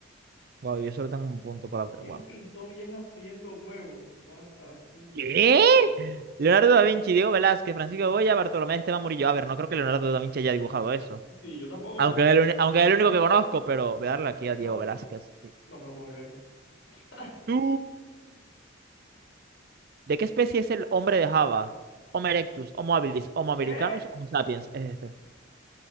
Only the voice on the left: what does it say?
¿Quién
pintó vieja friendo huevos? What the puto
fuck.
Sí, yo tampoco
porque no,
no,
no,
no me lo puedo creer. <laughs>
¿Qué?